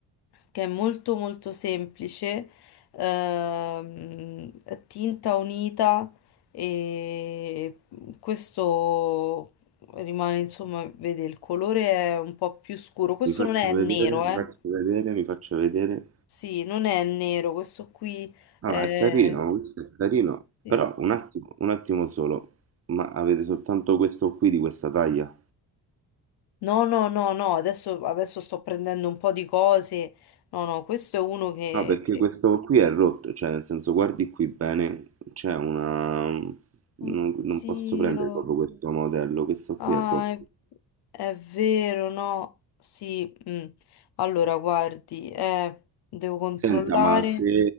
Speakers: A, on the left; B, on the right.
A: che è molto molto semplice, ehm, tinta unita e questo rimane, insomma, vede il colore è un po' più scuro. Questo
B: Mi faccio
A: non è nero,
B: vedere, mi
A: eh?
B: faccio vedere, mi faccio vedere.
A: Sì, non è nero, questo qui
B: No,
A: è...
B: ma è carino, questo è carino.
A: sì.
B: Però un attimo, un attimo solo. Ma avete soltanto questo qui di questa taglia?
A: No, no, no, no, adesso, adesso sto prendendo un po' di cose. No, no, questo è uno che...
B: No, perché
A: che-
B: questo qui è rotto, cioè nel senso guardi qui bene, c'è una... Non,
A: Oddio.
B: non posso prendere proprio questo modello, questo qui
A: Ah,
B: è rotto.
A: è, è vero, no? Sì, mm. Allora, guardi, eh, devo controllare.
B: Senta, ma se,